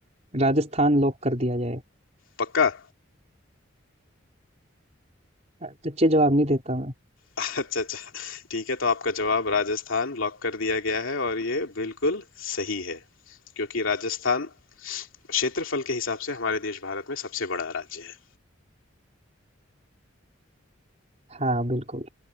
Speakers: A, on the right (about 35°); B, on the left (about 75°).
A: राजस्थान लॉक कर दिया जाए
B: पक्का
A: अच्छे जवाब नहीं देता मैं
B: <laughs> अच्छा अच्छा ठीक है तो आपका जवाब राजस्थान लॉक कर दिया गया है और ये बिल्कुल सही है क्योंकि राजस्थान क्षेत्रफल के हिसाब से हमारे देश भारत में सबसे बड़ा राज्य है
A: हाँ बिल्कुल